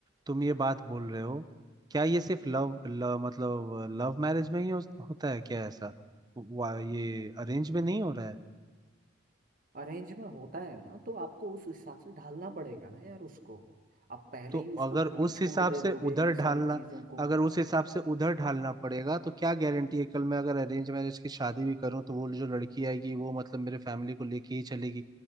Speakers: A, on the right (about 20°); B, on the right (about 45°).
A: तुम ये बात बोल रहे हो क्या ये सिर्फ लव, लव मतलब लव मैरिज में ही हो, होता है क्या ऐसा वा, ये अरेंज में नहीं हो रहा है
B: अरेंज में होता है ना तो आपको उस हिसाब से ढालना पड़ेगा ना यार उसको आप पहले
A: तो
B: ही उसको
A: अगर
B: खुली
A: उस हिसाब
B: छूट दे
A: से
B: दोगे
A: उधर
B: इन
A: ढालना
B: सारी चीजों को
A: अगर उस हिसाब से उधर ढालना पड़ेगा तो क्या गारंटी है कल मैं अगर अरेंज मैरिज की शादी भी करूं तो वो जो लड़की आएगी वो मतलब मेरे फैमिली को लेके ही चलेगी